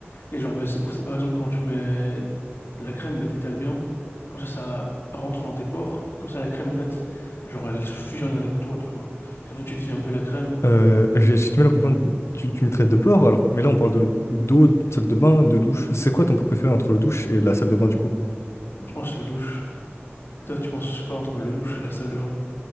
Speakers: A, on the left (about 60°); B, on the left (about 80°).
A: Et genre, bah, c'est pour ça, par exemple, quand tu mets de la crème, bah, t'étales bien. Comme ça, ça rentre dans tes pores. Comme ça, la crème, en fait, genre, elle se fusionne avec toi, tu vois. Et comme ça, tu deviens un peu la crème.
B: Euh, j'ai j'ai du mal à comprendre. Tu, tu me traites de porc, alors, mais là on parle de d'eau, de salle de bain, de douche. C'est quoi ton préféré entre le douche et la salle de bain du coup?
A: Moi, je pense la douche. Et toi, tu penses quoi entre le douche et la salle de bain?